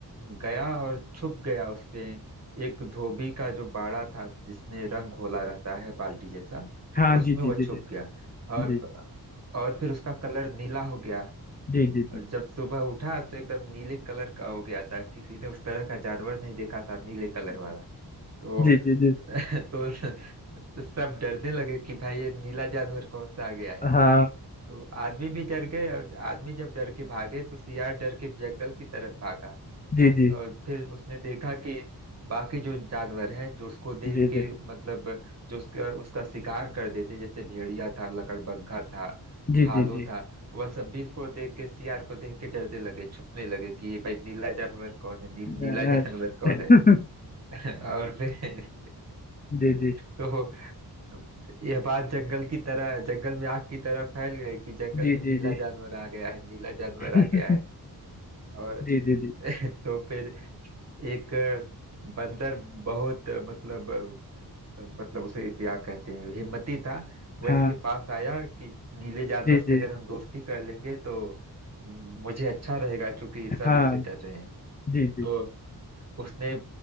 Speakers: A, on the right; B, on the left.
A: गया और छुप गया उसमें एक धोबी का जो बाड़ा था जिसमें रंग घोला रहता है बाल्टी जैसा
B: हाँ
A: उसमें
B: जी जी
A: वो
B: जी
A: छुप
B: जी
A: गया और
B: जी
A: और फिर उसका कलर नीला हो गया
B: जी जी
A: और जब सुबह उठा तो एकदम नीले कलर का हो गया था किसी ने उस तरह का जानवर नहीं देखा था नीले कलर वाला तो
B: जी जी जी जी
A: <laughs> तो सब डरने लगे कि भाई ये नीला जानवर कौन सा आ गया है
B: हाँ
A: तो आदमी भी डर गए और आदमी जब डर के भागे तो सियार डर के जंगल की तरफ भागा
B: जी जी
A: और फिर उसने देखा कि बाकी जो जानवर हैं जो उसको देख
B: जी
A: के
B: जी
A: मतलब जो उसका उसका शिकार कर देते जैसे भेड़िया था लकड़बग्घा था
B: जी
A: भालू
B: जी जी जी
A: था वह सब भी इसको देख के सियार को देख के डरने लगे छुपने लगे कि ये भाई नीला जानवर कौन है नील
B: अ,
A: नीला जानवर कौन
B: <laughs>
A: है <laughs> और फिर
B: जी जी
A: तो यह बात जंगल की तरह जंगल में आग की तरह फैल गई कि जंगल
B: जी
A: में नीला
B: जी जी
A: जानवर आ गया है नीला जानवर
B: <laughs>
A: आ गया है और <laughs>
B: जी जी जी
A: तो फिर एक बंदर बहुत मतलब मतलब उसे क्या कहते हैं हिम्मती था वह
B: हाँ
A: इसके पास आया कि नीले जानवर
B: जी
A: से
B: जी
A: अगर हम दोस्ती कर लेंगे तो मुझे अच्छा रहेगा क्योंकि सब
B: हाँ
A: इससे डर रहे हैं
B: जी जी
A: तो उसने